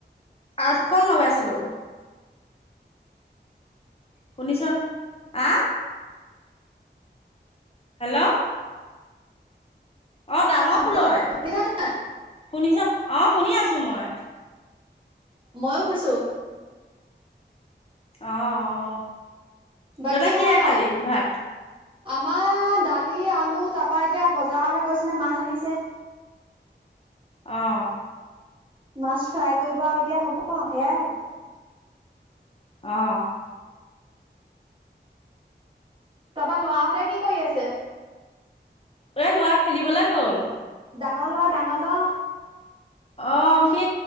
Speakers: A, on the left (about 30°); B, on the right (about 25°).
A: আঠখন লগাইছিলো শুনিছ হা হেল্ল' অ ডাঙৰ
B: হেল্ল'
A: ফুলৰ
B: শুনিছা নাই
A: শুনিছ আহ শুনি আছো মই
B: মইো কৈছোঁ
A: অ অ
B: বাকী
A: দাদা কিহে
B: ভাল
A: খালি
B: আৰু
A: ভাত
B: আমাৰ দালি আলু তাৰাপা এতিয়া বজাৰলৈ গৈছিলে মাছ আনিছে
A: অ
B: মাছ ফ্ৰাই কৰিব আৰু এতিয়া হ'ব সেয়াই হব
A: অ
B: তাৰপা লৰাহঁতে কি কৰি আছে
A: এ লোৱা খেলিবলে গ'ল
B: ডাঙৰ ল'ৰা ডাঙৰ ল'ৰা
A: অ সি